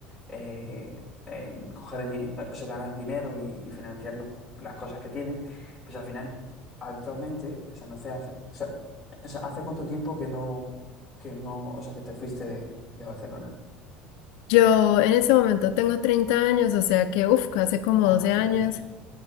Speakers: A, in the centre; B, on the left.
A: eh, eh, coger el di- o sea, ganar dinero y, y financiar los- las cosas que tienen, pues al final, actualmente, o sea, no se hace- o sea, o sea, ¿hace cuánto tiempo que no, que no, o sea, que te fuiste? de Barcelona.
B: Yo en ese momento tengo 30 años, o sea que, uff, hace como
A: Ah,
B: 12
A: hace
B: años.
A: muchos años.